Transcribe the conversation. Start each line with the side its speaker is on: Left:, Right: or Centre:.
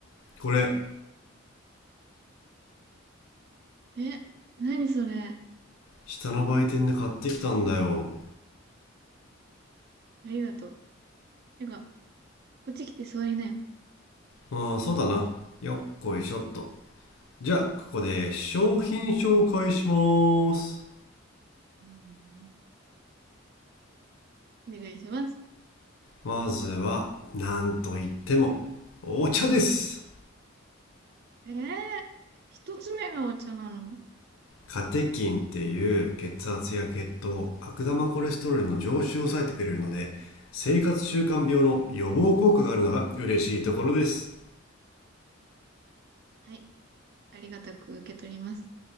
Left: これ
Right: え、何それ。
Left: 下の売店で買ってきたんだよ。
Right: ありがとう。てか、こっち来て座りなよ。
Left: ああ、そうだな。よっこいしょっと。じゃあ、ここで商品紹介します。
Right: うん、お願いします。
Left: まずは、なんといっても、お茶です。
Right: えー、一つ目がお茶なの。
Left: カテキンっていう血圧や血糖、悪玉コレステロールの上昇を抑えてくれるので、生活習慣病の予防効果があるのが嬉しいところです。
Right: はい、ありがたく受け取ります。